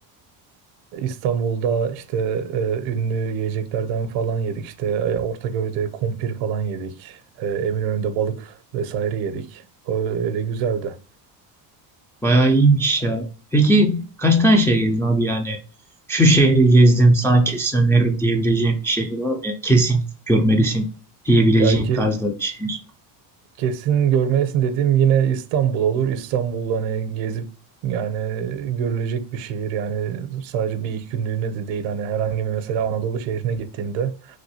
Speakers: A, on the right; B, in the centre.
A: e, İstanbul'da işte e, ünlü yiyeceklerden falan yedik. İşte e, Ortaköy'de kumpir falan yedik. E, Eminönü'nde balık vesaire yedik. Öyle güzeldi.
B: Bayağı iyiymiş ya. Peki kaç tane şehir gezdin abi yani? Şu şehri gezdim sana kesin öneririm diyebileceğin bir şehir var mı? Yani kesin gidip görmelisin diyebileceğin
A: Ya ki
B: tarzda bir şehir.
A: Kesin görmelisin dediğim yine İstanbul olur. İstanbul hani gezip yani görülecek bir şehir. Yani sadece bir iki günlüğüne de değil. Hani herhangi bir mesela Anadolu şehrine gittiğinde